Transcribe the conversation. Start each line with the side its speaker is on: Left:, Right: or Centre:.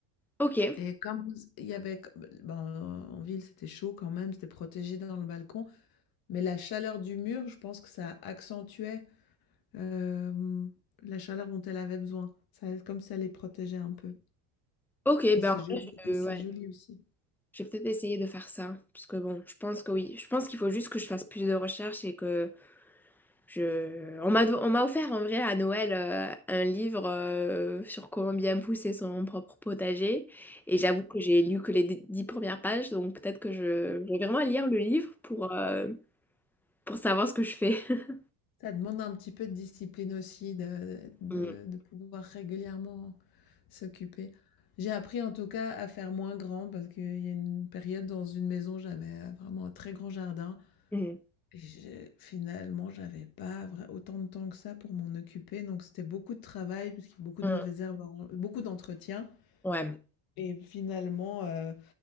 Centre: Ok,
Left: et comme il y avait ben, en ville, c'était chaud quand même, c'était protégé dans le balcon, mais la chaleur du mur, je pense que ça accentuait Hem, la chaleur dont elle avait besoin. Ça comme ça les protégeait un peu
Centre: ok,
Left: et
Centre: ben
Left: c'est
Centre: en vrai,
Left: joli et
Centre: je,
Left: c'est
Centre: ouais,
Left: joli aussi.
Centre: j'ai peut-être essayé de faire ça. Parce que bon, je pense que oui. Je pense qu'il faut juste que je fasse plus de recherches et que je. On m'a, on m'a offert en vrai à Noël euh, un livre euh, sur comment bien pousser son propre potager. Et j'avoue que j'ai lu que les dix dix premières pages, donc peut-être que je, je vais vraiment lire le livre pour, euh, pour savoir ce que je fais. <laughs>
Left: Ça demande un petit peu de discipline aussi de de
Centre: Hmm,
Left: de pouvoir régulièrement s'occuper. J'ai appris en tout cas à faire moins grand parce qu'il y a une période dans une maison, j'avais, vraiment un très grand jardin
Centre: hmm,
Left: et j'ai finalement, j'avais pas vrai autant de temps que ça pour m'en occuper donc c'était beaucoup de travail puisqu'il y a beaucoup
Centre: hmm.
Left: de mauvaises herbes, à en- beaucoup d'entretien
Centre: Ouais.
Left: et finalement, heu,